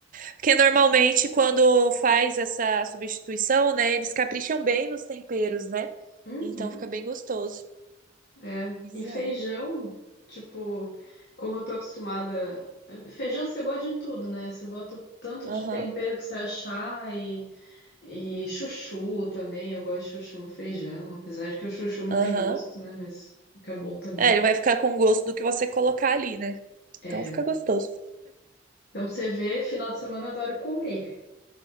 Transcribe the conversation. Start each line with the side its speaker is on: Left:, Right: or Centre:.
Right: Porque normalmente quando faz essa substituição, né, eles capricham bem nos temperos, né?
Left: Uhum.
Right: Então fica bem gostoso.
Left: É.
Right: Pois
Left: E feijão,
Right: é.
Left: tipo, como eu tô acostumada. Feijão você bota de tudo, né? Você bota o tanto
Right: Aham,
Left: de tempero que você achar e, e chuchu também. Eu gosto de chuchu no feijão, apesar de que o chuchu não
Right: aham.
Left: tem gosto, né? Mas fica bom também.
Right: É, ele vai ficar com o gosto do que você colocar ali, né?
Left: É.
Right: Então fica gostoso.
Left: Então, pra você vê, final de semana eu adoro comer.